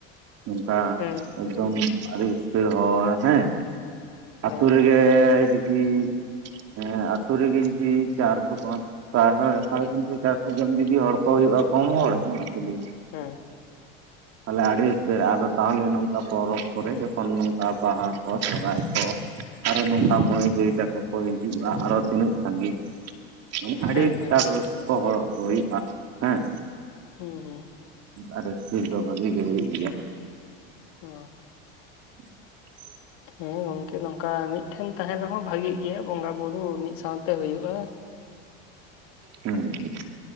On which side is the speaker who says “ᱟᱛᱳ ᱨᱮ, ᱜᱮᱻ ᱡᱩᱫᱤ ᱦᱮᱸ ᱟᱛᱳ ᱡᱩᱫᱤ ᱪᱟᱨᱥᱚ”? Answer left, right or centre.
Right